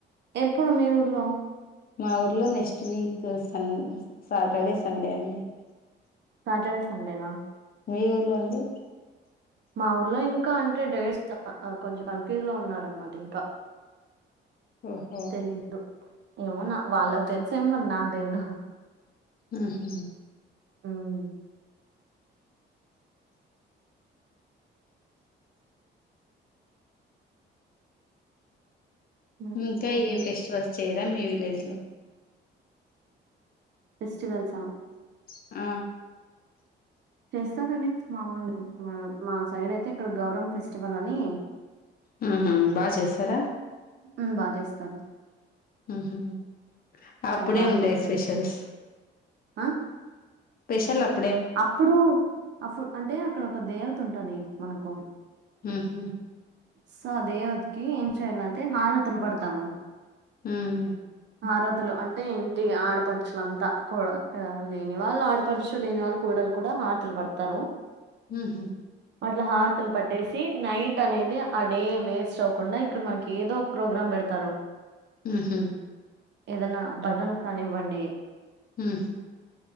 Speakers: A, on the right (about 60°); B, on the left (about 50°).
A: ఎప్పుడు మీఊర్లో
B: మా ఊర్లో next week sun Saturday Sunday అండి
A: సటర్డే సంండే నా
B: మీ ఊర్లో అండి
A: మా ఊర్లో ఇంకా అంటే డైట్ త కొంచెం కన్ఫ్యూజ్ లో ఉన్నారనమాట ఇంకా
B: ఓహో
A: తెలీదు. ఏమో న వాళ్ళక్ తెలుసేమో మరి నాకు తెల్దు
B: మ్మ్ హ్మ్
A: మ్మ్ హ్మ్.
B: ఇంకా
A: ఇంకేంటి
B: ఏం
A: మరి?
B: ఫెస్టివల్స్ చేయరా మీ విలేజ్ లో
A: ఫెస్టివల్సా
B: ఆ
A: చేస్తారండి మామూలు మా మా సైడ్ అయితే ఇక్కడ గౌరమ్మ ఫెస్టివల్ అనీ
B: మ్మ్ హ్మ్ బా చేస్తారా
A: మ్మ్ బా చేస్తారు
B: మ్మ్ హ్మ్ అప్పుడే
A: చాలా బా
B: ఉంటాయ్
A: చేస్తారు.
B: స్పెషల్స్
A: ఆ!
B: పెషలప్
A: అప్పుడు అఫు అంటే అక్కడ ఒక దేవత ఉంటది మనకు
B: మ్మ్ హ్మ్
A: సో ఆ దేవతకి ఏం చేయాలంటే హారతులు పడతాము
B: మ్మ్
A: హారతులు అంటే ఇంటి ఆడపడుచులంతా కో ఆ లేని వాళ్ళు ఆడపడుచు లేని వాళ్ళ కోడలు కూడా హార్తలు పడతారు
B: మ్మ్ హ్మ్
A: అట్లా హారతులు పట్టేసి నైట్ అనేది ఆ డే వేస్ట్ అవకుండా ఇక్కడ మనకి ఏదో ఒక ప్రోగ్రామ్ పె డతారు
B: మ్మ్ హ్మ్
A: ఏదన్నా బగన్ కానీ వండి
B: మ్మ్ హ్మ్